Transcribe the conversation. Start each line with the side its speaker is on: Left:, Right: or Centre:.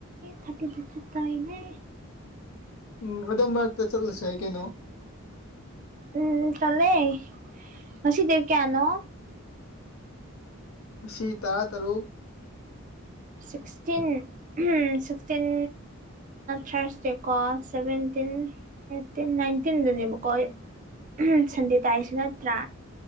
Right: ꯊꯥꯔꯇꯤ ꯇꯞ ꯆꯠꯇꯣꯢꯅꯦ
Left: ꯎꯝ ꯑꯗꯣꯝ ꯃꯔꯛꯇ ꯆꯠꯂꯁꯦ ꯀꯩꯅꯣ
Right: ꯎꯝ ꯆꯠꯂꯦ ꯉꯁꯤ ꯗꯦꯠ ꯀꯌꯥꯅꯣ
Left: ꯉꯁꯤ ꯇꯔꯥꯇꯔꯨꯛ
Right: ꯁꯤꯛꯁꯇꯤꯟ ꯎ ꯁꯤꯛꯁꯇꯤꯟ ꯊꯥꯔꯁ ꯗꯦꯀꯣ ꯁꯚꯦꯟꯇꯤꯟ ꯑꯩꯠꯇꯤꯟ ꯅꯥꯏꯟꯇꯤꯟꯗꯅꯦꯕꯀꯣ ꯎꯝ ꯁꯟꯗꯦ ꯇꯥꯔꯤꯁꯤ ꯅꯠꯇ꯭ꯔꯥ